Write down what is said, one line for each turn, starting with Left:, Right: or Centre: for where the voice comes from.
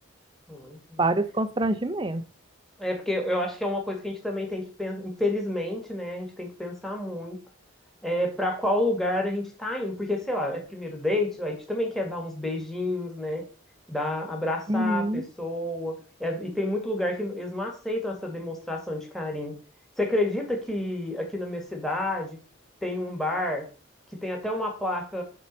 Centre: Não entendi.
Right: Vários constrangimentos.
Centre: É porque eu acho que é uma coisa que a gente também tem que pensar, infelizmente, né? A gente tem que pensar muito. é, para qual lugar a gente tá indo. Porque, sei lá, é primeiro date, a gente também quer dar uns beijinhos, né? Dar, abraçar
Right: Uhum.
Centre: a pessoa. É, E tem muito lugar que eles não aceitam essa demonstração de carinho. Você acredita que aqui na minha cidade tem um bar que tem até uma placa